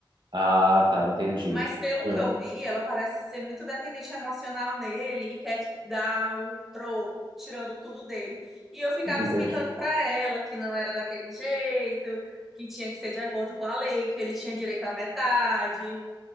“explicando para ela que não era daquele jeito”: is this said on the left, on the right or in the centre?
Centre